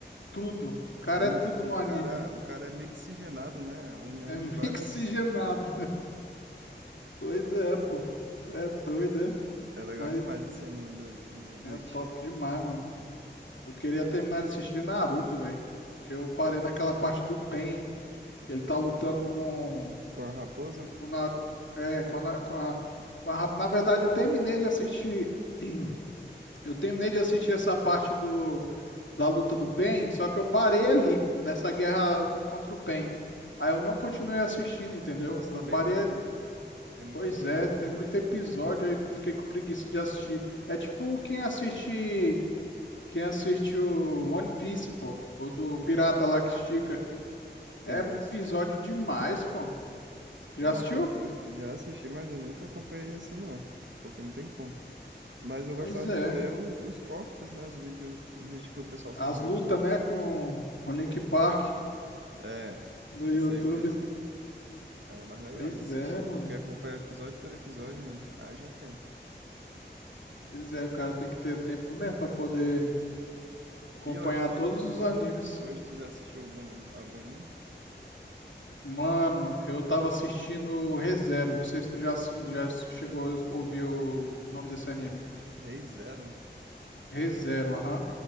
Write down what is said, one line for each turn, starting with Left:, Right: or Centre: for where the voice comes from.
Left: tudo. O cara
Right: É, mi-
Left: é tudo
Right: o
Left: no anime.
Right: cara, o cara é mixigenado, né? A união
Left: É <laughs>
Right: de várias.
Left: mixigenado. Pois é, pô. Tu é doido, é?
Right: É legal
Left: Mas
Right: demais esse anime do, do Bleach.
Left: é top demais, mano. Eu queria terminar de assistir Naruto, velho. Que eu parei naquela parte do Pain, que ele tá lutando com.
Right: Com a raposa.
Left: Co- O Naru... É, com a, Na- com a, com a... rap- Na verdade, eu terminei de assistir. <clears throat> Eu terminei de assistir essa parte do, da luta do Pain, só que eu parei ali, nessa guerra contra o Pain. Aí eu não continuei assistindo, entendeu?
Right: Nossa,
Left: Eu
Right: tá bem
Left: parei.
Right: longe, hein? Tem muita
Left: Pois
Right: coisa
Left: é,
Right: pela
Left: tem
Right: frente.
Left: muito episódio, aí fiquei com preguiça de assistir. É tipo quem assiste. Quem assiste o One Piece, pô. Ou do Pirata lá que estica.
Right: Conheço.
Left: É episódio demais, pô.
Right: É
Left: Já
Right: muita
Left: assistiu?
Right: coisa. Já assisti, mas eu nunca acompanhei assim, não. Porque não tem como. Mas eu
Left: Pois
Right: gostava
Left: é.
Right: de ver o- os cortes, né? Os vídeos, o vídeo que o pessoal faz
Left: As
Right: no
Left: lutas,
Right: YouTube.
Left: né, com, com Link Park
Right: É,
Left: no
Right: é
Left: YouTube.
Right: isso aí mesmo. Aí é mais legal
Left: Pois
Right: de assistir,
Left: é, mano.
Right: porque acompanha episódio por episódio, menino. Haja tempo.
Left: Pois é, o cara tem que ter tempo mesmo pra poder acompanhar
Right: E hoje, tu,
Left: todos os
Right: hoje,
Left: animes.
Right: hoje tu já assistiu algum, algum anime?
Left: Mano, eu tava assistindo o ReZero. Não sei se tu já, assi- já chegou a ouvir o nome desse anime.
Right: Rei Zero?
Left: ReZero, aham.